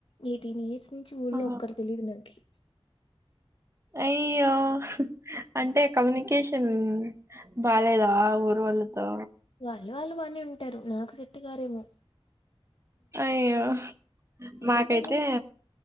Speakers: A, on the left; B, on the right.
A: ఎయిటీన్ ఇయర్స్ నుంచి ఊళ్ళో
B: ఆ
A: ఒక్కరు తెలియదు నాకి
B: అయ్యో అంటే కమ్యూనికేషన్ బాలేదా ఊరోల్లతో
A: పల్ల వాళ్ళు బని ఉంటారు నాకు చెెట్టు గారేమో
B: అయ్యో
A: ఏమో
B: మాకైతే
A: తెలీదు